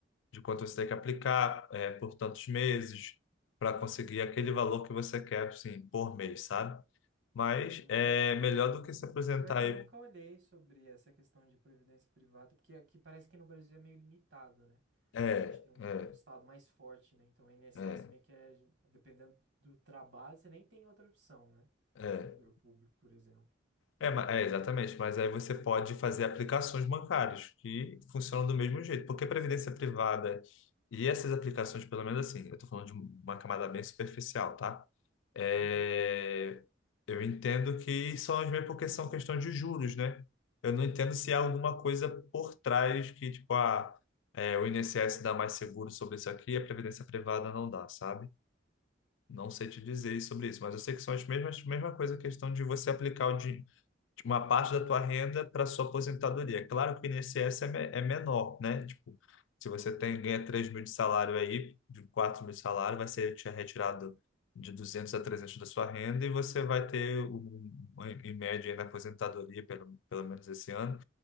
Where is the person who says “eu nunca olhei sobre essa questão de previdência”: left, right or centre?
Right